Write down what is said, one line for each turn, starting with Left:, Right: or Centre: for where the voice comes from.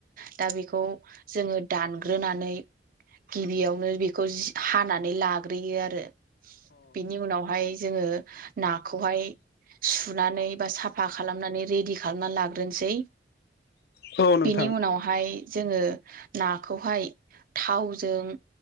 Right: दा बेखौ जोङो दानग्रोनानै गिबियावनो बेखौ जि हानानै लाग्रोयो आरो बेनि उनावहाय जोङो नाखौहाय सु नानै बा साफा खालामनानै रेडि खालामना लाग्रोनोसै।
Left: अ औ नोंथां
Right: बिनि उनावहाय जोङो नाखौहाय थावजों